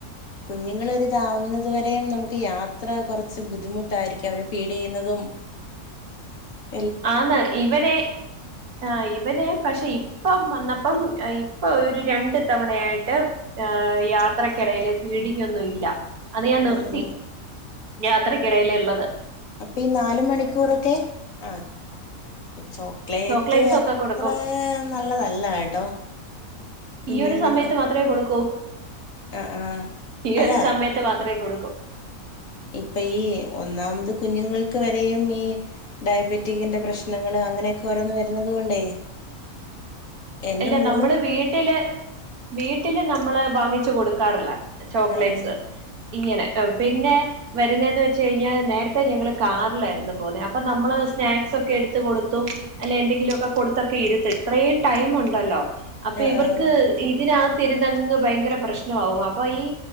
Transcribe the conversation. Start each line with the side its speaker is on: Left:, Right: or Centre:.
Left: കുഞ്ഞുങ്ങളൊരിതാവുന്നത് വരേയും നമുക്ക് യാത്ര കൊറച്ച് ബുദ്ധിമുട്ടായിരിക്കും അവരെ ഫീഡ് ചെയ്യുന്നതും <inaudible>
Right: ആന്ന് ഇവരെ ആ ഇവരെ പക്ഷെ ഇപ്പം വന്നപ്പം ഇപ്പൊ ഒരു രണ്ടു തവണയായിട്ട് ഏഹേ യാത്രക്കെടയില് ഫീഡിംങ്ങൊന്നു ഇല്ല അത് ഞാൻ നിർത്തി
Left: ഉം ഉം
Right: യാത്രക്കിടയില്ള്ളത്
Left: അപ്പ ഈ നാല് മണിക്കൂറൊക്കെ ആഹ് ചോ ചോക്ലേറ്റ്
Right: ചോക്ലേറ്റ്സ്
Left: അത്ര
Right: ഒക്കെ കൊടുക്കും
Left: നല്ലതല്ല കേട്ടോ കുഞ്ഞുങ്ങൾക്ക്
Right: ഈയൊരു സമയത്ത് മാത്രേ കൊടുക്കൂ
Left: ആഹ് ആഹ്
Right: ഈയൊരു
Left: അല്ല
Right: സമയത്ത് മാത്രേ കൊടുക്കൂ
Left: ഇപ്പയീ ഒന്നാമത് കുഞ്ഞുങ്ങൾക്ക് വരെയും ഈ ഡയബറ്റിക്കിന്റെ പ്രശ്നങ്ങള് അങ്ങനെയൊക്കെ ഓരോന്ന് വരുന്നത് കൊണ്ടേ എന്റെ
Right: എല്ല
Left: മോള്
Right: നമ്മള് വീട്ടില് വീട്ടില് നമ്മള് വാങ്ങിച്ചു കൊടുക്കാറില്ല ചോക്ലേറ്റ്സ്
Left: ആഹ് ഉം
Right: ഇങ്ങനെ ട്ടോ പിന്നെ വരുന്നേന്ന് വെച്ച് കഴിഞ്ഞ നേരത്തെ ഞങ്ങള് കാറിലായിരുന്നു പോവ്ന്നേ അപ്പൊ നമ്മള് സ്നാക്ക്സൊക്കെ എടുത്തു കൊടുത്തു അല്ലെ എന്തെങ്കിലൊക്ക കൊടുത്തൊക്കെ ഇരുത്തും ഇത്രേം ടൈം ഒണ്ടല്ലോ അപ്പൊ
Left: ആഹ്
Right: ഇവർക്ക്
Left: ആഹ്
Right: ഇ തിനകത്തിരുന്നങ്ങ് ഭയങ്കര പ്രശ്നമാവും അപ്പൊ ഈ